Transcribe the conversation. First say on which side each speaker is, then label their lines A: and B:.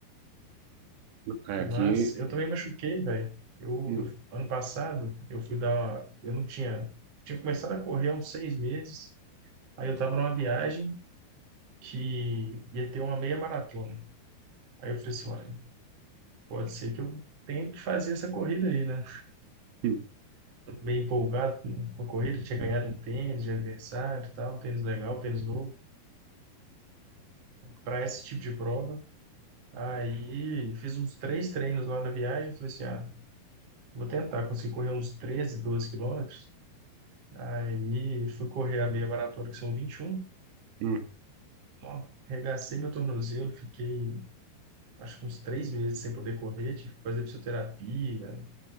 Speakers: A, on the right; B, on the right.
A: aqui.
B: Mas eu também machuquei, velho. Eu,
A: hum,
B: eu- ano passado, eu fui dar uma. Eu não tinha. Tinha começado a correr há uns seis meses. Aí eu tava numa viagem que ia ter uma meia maratona. Aí eu falei assim: olha, pode ser que eu tenha que fazer essa corrida aí, né?
A: hum,
B: meio empolgado com com a corrida, tinha ganhado um tênis de aniversário, e tal, um tênis legal, um tênis novo, para esse tipo de prova. Aí fiz uns três treinos lá na viagem, falei assim, ah, vou tentar, conseguir correr uns 13 12 quilômetros. Aí fui correr a meia maratona, que são 21.
A: hum.
B: Ó, arregacei meu tornozelo, fiquei acho que uns três meses sem poder correr, tive que fazer fisioterapia, um